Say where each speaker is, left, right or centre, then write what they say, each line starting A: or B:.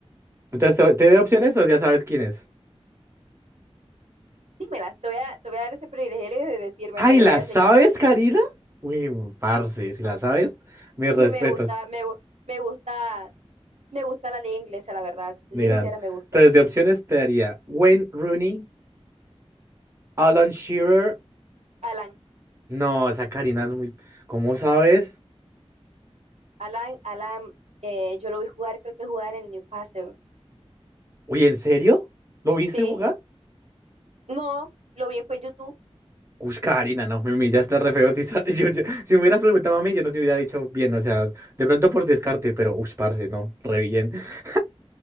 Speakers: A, on the right; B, on the right.
A: Entonces, ¿te, te doy opciones o ya sabes quién es?
B: Dímela. Te voy a, te voy a dar ese privilegio de decirme,
A: Ay,
B: pero
A: ¿la
B: ya
A: sabes,
B: sé quién.
A: Karina? Uy, parce, si la sabes, mis respetos.
B: A mí me gusta, me, gu- me gusta, me gusta la liga inglesa, la verdad. Si te
A: Miran.
B: soy sincera, me gusta.
A: Entonces, de opciones te daría Wayne Rooney, Alan Shearer.
B: Alan,
A: No, esa Karina es muy. ¿Cómo sabes?
B: Alan, Alan, eh, yo lo vi jugar, creo que jugaba en el Newcastle.
A: Uy, ¿en serio? ¿Lo viste
B: Sí.
A: jugar?
B: No, lo vi, fue en YouTube.
A: Uy, Karina, no, me humillaste re feo. Si, sa- <laughs> yo- yo- si me hubieras preguntado a mí, yo no te hubiera dicho bien, o sea, de pronto por descarte, pero uy, parce, no, re bien. <laughs>